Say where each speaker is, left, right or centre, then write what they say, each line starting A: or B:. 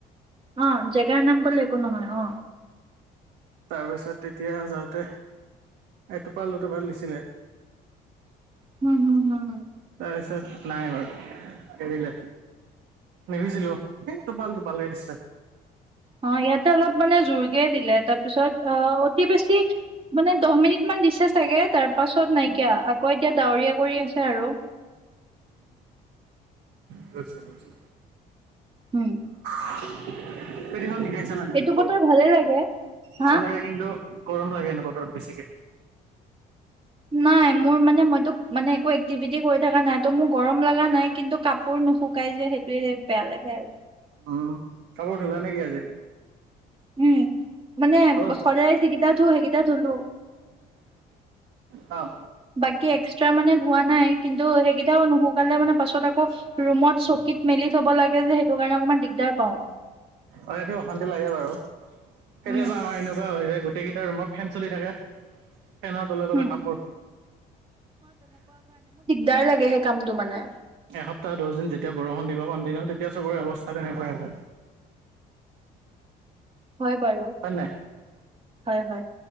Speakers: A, on the right; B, on the right.
A: অ জেগাৰ নাম কলো একো নহয় অ।
B: তাৰপিছত তেতিয়া যাওঁতে এ টোপাল দুটোপাল দিছিলে।
A: হম
B: তাৰপিছত।
A: হম হম
B: নাই বাৰু এৰিলে নিভিজিলো এ টোপাল টোপালকে দিছে।
A: অ ইয়াতে অলপ মানে জোৰকে দিলে তাৰপিছত অ অতি বেছি মানে দহ মিনিট মান দিছে চাগে তাৰ পাছত নাইকিয়া আকৌ এতিয়া ডাৱৰীয়া কৰি আছে আৰু।
B: শুইছো শুইছো
A: উম
B: <unintelligible> শিকাইছে নে
A: এইটো
B: প
A: বতৰ ভালে লাগে। হা
B: ভাল লাগে কিন্তু গৰম লাগেনে বতৰত বেছিকে।
A: নাই মোৰ মানে মই তোক মানে একো এক্টিভিটি কৰি থকা নাই ত' মোৰ গৰম লগা নাই কিন্তু কাপোৰ নুশুকাই যে হেইট বেয়া লাগে আৰু
B: উম কাপোৰ ধোলা নিকি আজি।
A: উম মানে
B: হ'ল?
A: সদায় যিকেইটা ধো সেইকেইটা ধুলো।
B: অহ।
A: বাকী এক্সট্ৰা মানে ধোৱা নাই কিন্তু সেইকেইটাও নুশুকালে মানে পাছত আকৌ ৰুমত চকীত মেলি থব লাগে যে সেইটো কাৰণে অকমান দিগদাৰ পাও
B: অ সেইটো অশান্তি লাগে বাৰু কেতিয়াবা
A: উম
B: আমাৰ এনেকুৱা হৈ যায় গোটেইকেইটা ৰুমত ফেন চলি থাকে। ফেনৰ তলে তলে
A: উম
B: কাপোৰ
A: দাৰ লাগে সেই কামটো মানে
B: এসপ্তাহ দহ দিন যেতিয়া বৰষুণ দিব কন্টিনিউ তেতিয়া চবৰে ব্যৱস্থা তেনেকুৱাই হব।
A: হয় বাৰু
B: হয়
A: হয় হয়।